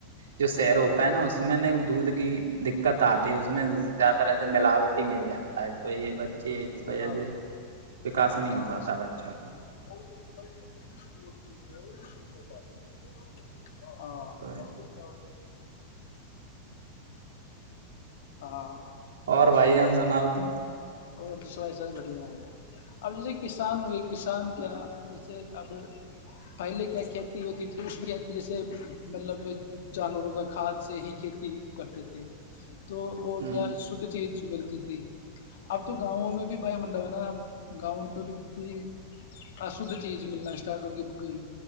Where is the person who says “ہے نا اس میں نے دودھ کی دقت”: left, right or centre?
Right